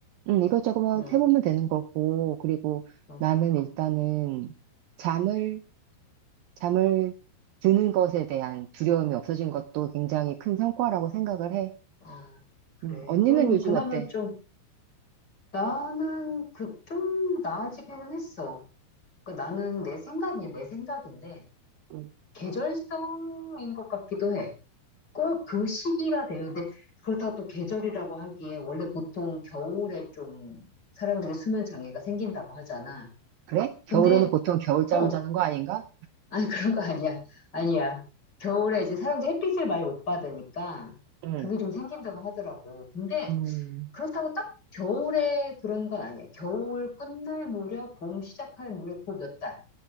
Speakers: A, on the right (about 85°); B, on the left (about 20°).
A: 음, 이것저것
B: 응,
A: 해보면 되는 거고, 그리고
B: 응,
A: 나는 일단은 잠을, 잠을 드는 것에 대한 두려움이 없어진 것도 굉장히 큰 성과라고 생각을 해.
B: 아, 그래.
A: 음, 언니는
B: 그럼
A: 요즘
B: 그나마
A: 어때?
B: 좀 나는 그 좀 나아지기는 했어. 그러니까 나는 내 생각이 내 생각인데
A: 음,
B: 계절성인 것 같기도 해. 꼭 그 시기가 돼요. 근데 그렇다고 또 계절이라고 하기에 원래 보통 겨울에 좀 사람들이 수면 장애가 생긴다고 하잖아.
A: 그래? 겨울에는
B: 근데
A: 보통 겨울잠을
B: 어,
A: 자는 거 아닌가?
B: 아니 <laughs> 그런 거 아니야. 아니야. 겨울에 이제 사람들이 햇빛을 많이 못 받으니까
A: 음,
B: 그게 좀 생긴다고 하더라고. 근데
A: 음,
B: 그렇다고 딱 겨울에 그런 건 아니야. 겨울 끝날 무렵, 봄 시작할 무렵, 그 몇 달.